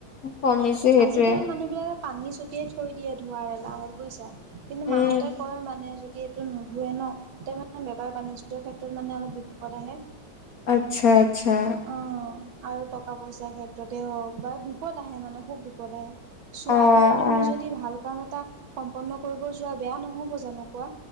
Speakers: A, on the left; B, on the right.
A: কমিছে সেইটোৱে
B: আজিকালি মানুহ বিিলাক পানী ছটিয়াই থৈ দিয়ে ধোঁৱাৰ এলাহত বুজিছা কিন্তু
A: উম
B: মাহঁতে কয় মানে এইটো নোধুৱে ন ততিয়া মানে বেপাৰ বাণিজ্য়ৰ ক্ষেত্ৰত মানে অলপ বিপদ আহে
A: আচ্ছা আচ্ছা
B: অ আৰু টকা পইচাৰ ক্ষেত্ৰতেই হওক বা বিপদ আহে মানে খুব বিপদ আহে চোৱাৰ
A: অ
B: গাৰ তুমি
A: অ
B: যদি ভাল কাম এটা সম্পন্ন কৰিব যোৱা বেয়া নহব জানো কোৱা